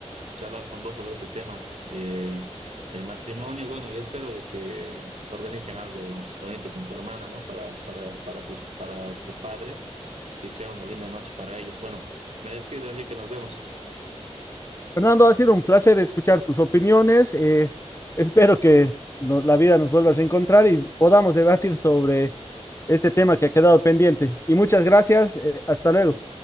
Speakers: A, on the right; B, on the left.
A: charlar con vos sobre este tema de, del matrimonio. Y bueno, y espero de que organicen algo bonito con tu hermana, ¿no? Para, para, para, sus, para tus padres y sea una linda noche para ellos. Bueno, me despido, Enrique, nos vemos.
B: Fernando, ha sido un placer escuchar tus opiniones. eh, espero que no- la vida nos vuelva a reencontrar y podamos debatir sobre este tema que ha quedado pendiente. Y muchas gracias. eh, hasta luego.